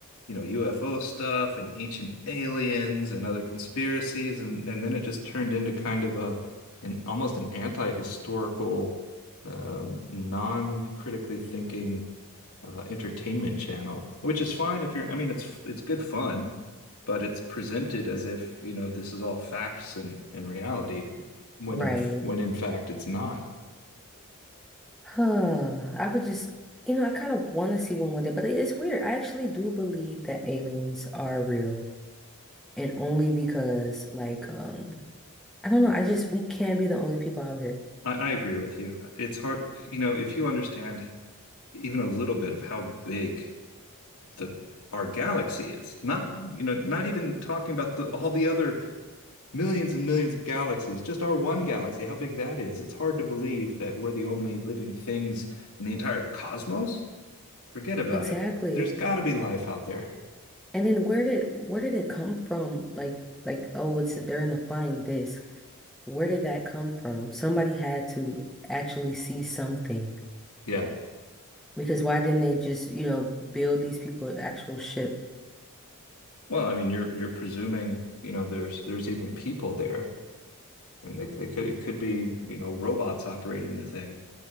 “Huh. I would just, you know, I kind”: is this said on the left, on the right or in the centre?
Centre